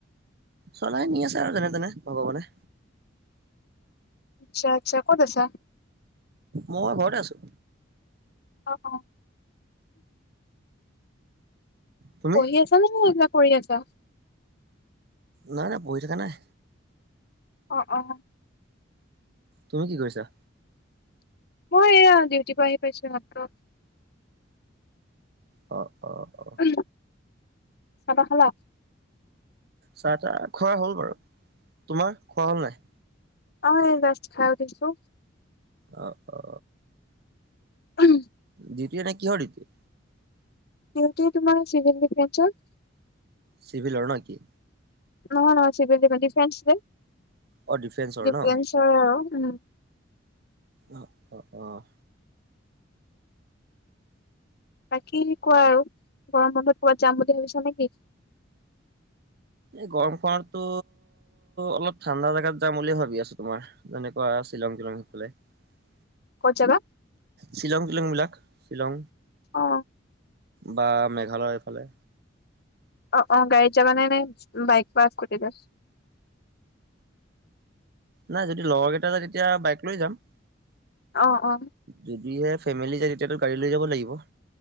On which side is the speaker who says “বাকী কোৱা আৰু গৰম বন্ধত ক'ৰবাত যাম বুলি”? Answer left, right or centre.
Left